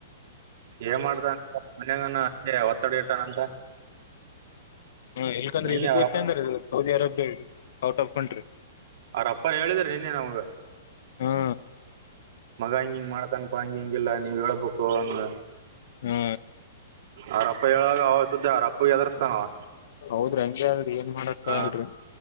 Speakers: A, on the right; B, on the left.
A: ಏನ್ ಮಾಡ್ತಾನ ಮನಗ ಅ ಒತ್ತಡ ಇಟ್ಟಾನಂತ.
B: ಹ ಎಲ್ಕಂದ್ರೆ
A: ನಿನ್ನೆ
B: ಇದಕ್ಕ
A: ಅವ್ರ
B: ಕೋತಿ ಅಂದ್ರ ಸೌದಿ ಅರಬ್ಬಿರು. Out of country.
A: ಅವ್ರಪ್ಪಾರ ಹೇಳಿದ್ರ ನಿನ್ನೆ ನಮಾಗ.
B: ಹಾ
A: ಮಗ ಇಗಿಂಗ್ ಮಾಡತಾನಪಾ ಇಗಿಂಗ್. ಹಿಲ್ಲ ನೀವ್ ಹೇಳೇಬೇಕು ಹಂಗ.
B: ಹಾ
A: ಅವರಪ್ಪ ಹೇಳವಾಗ ಅವ್ರ್ ಸುದ್ದಿ ಅವ್ರಪಗ್ ಹೆದರಿಸ್ತಾನ ಅವ.
B: ಹೌದ್ರಿ ಹಂಗೆ. ಏನ್ ಮಾಡಕ್ಕಗಲ್ರಿ.
A: ಹ